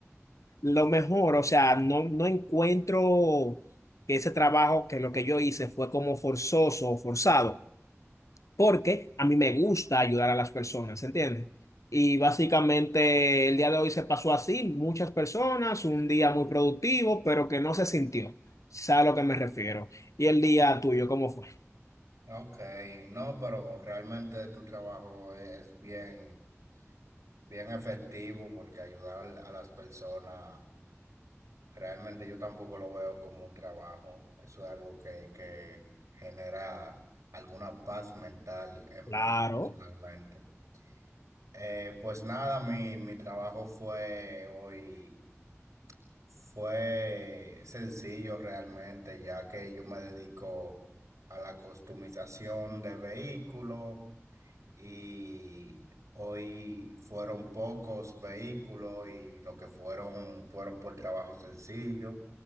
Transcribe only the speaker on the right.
Ok, no, pero realmente tu trabajo es bien, bien efectivo porque ayudar a las personas, realmente yo tampoco lo veo como un trabajo. Eso es algo que, que genera alguna paz mental en
mí personalmente. Eh, pues nada, mi, mi trabajo fue hoy, fue sencillo realmente, ya que yo me dedico a la customización de vehículos y hoy fueron pocos vehículos y los que fueron fueron por trabajo sencillo.